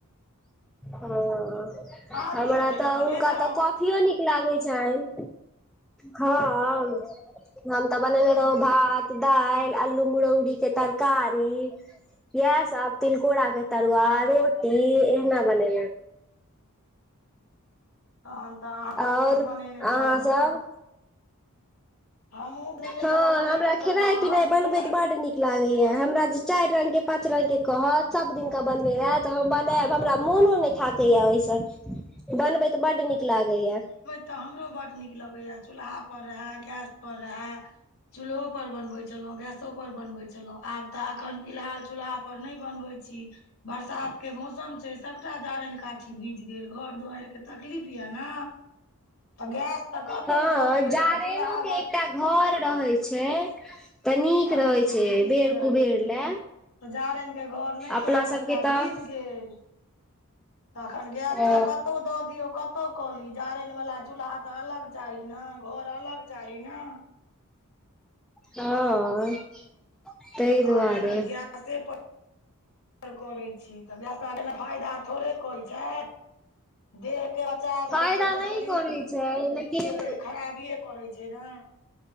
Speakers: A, in the centre; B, on the left.
A: हँ
B: अहाँ
A: हमरा
B: की सब खेनाइ
A: तऽ
B: बनेने
A: हुनका
B: छलहुँ
A: तऽ कॉफियो नीक लागै छैन हँअअ हम तऽ बननेे रहौं भात, दालि, अल्लू मुरौरीके तरकारी यैह सब तिलकोरा के तरुआ, रोटी एहीना बने
B: तहन तऽ अहाँ सभकिछु
A: और अहाँ
B: बनेने छलहुँ
A: सब
B: हमहूँ बनेने
A: हँ
B: छलहुँ बनैने
A: हमरा खेनाइ
B: छलहुँ अहाँ
A: पिनाइ
B: मिथिला
A: बनबैत बड नीक लागैयै हमरा जे चारि रंग के पाच रंग के कहत सब दिन क बनबै लै त हम बनायब हमरा मोनो ने थाकैए ओहिस बनबैत बड्ड नीक लागैयै।
B: त हमरो बड नीक लगेयै चूल्हा पर रहै गैस पर रहै चूल्हो पर बनबै छलहुँ गैसो पर बनबै छलहुँ आब तऽ अखन फिलहाल चूल्हा पर नहि बनबै छी बरसात के मौसम छै सभटा जारनि काठी भीज गेल घर दुआरिक के तकलीफ यै ने आ गैस तऽ कतहु
A: हँ
B: दऽ दियौ
A: जारैनो
B: आ चू्ल्हा
A: के एकटा घर रहै छै तऽ नीक
B: कनी
A: रहै छै
B: नीक
A: बेर
B: रहै
A: कुबेर
B: छै
A: लए।
B: तऽ जारनि के घर नहि
A: अपना
B: यए सभटा
A: सबके तऽ
B: भीज गेल। तखन गैस
A: ओ
B: तऽ कतहु दऽ दियौ कत कतौ कली जारनि बला चूल्हा तऽ अलग चाही ने घर अलग चाही ने।
A: हँ तहि
B: ताहि
A: दुआरे।
B: एखन गैसे पर करै छी तऽ गैस बला खेनाइ फायदा थोड़े करै छै। देहके बचाव
A: फायदा
B: होइ छै तऽ
A: नहि
B: शरीरके
A: करै छै लेकिन
B: लेल खराबिए करै छै ने।